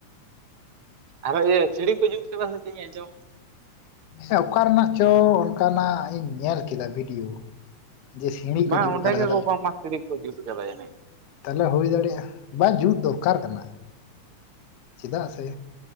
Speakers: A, on the right; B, on the left.
A: ᱟᱨᱚ ᱤᱭᱟᱹ ᱥᱤᱲᱤ ᱠᱚ ᱡᱩᱛ ᱠᱟᱫᱟ ᱥᱮ ᱪᱮᱫ ᱟᱸᱡᱚᱢ
B: ᱥᱮᱸ ᱚᱠᱟ ᱨᱮᱱᱟᱜ ᱪᱚ, ᱚᱱᱠᱟᱱᱟᱜ ᱤᱧ ᱧᱮᱞ ᱠᱮᱫᱟ ᱵᱷᱤᱰᱤᱭᱳ᱾ ᱡᱮ ᱥᱤᱲᱤ ᱠᱚ
A: ᱵᱟᱝ
B: ᱡᱩᱛ
A: ᱚᱸᱰᱮ
B: ᱠᱟᱫᱟ
A: ᱜᱮ
B: ᱟᱫᱚ
A: ᱠᱚ ᱵᱟᱝᱢᱟ, ᱥᱤᱲᱤ ᱠᱚ ᱡᱩᱛ ᱠᱟᱫᱟ ᱡᱟᱹᱱᱤᱡ
B: ᱛᱟᱦᱚᱞᱮ ᱦᱩᱭ ᱫᱟᱲᱮᱭᱟᱜᱼᱟ, ᱵᱟ ᱡᱩᱛ ᱫᱚᱨᱠᱟᱨ ᱠᱟᱱᱟ᱾ ᱪᱮᱫᱟᱜ ᱥᱮ,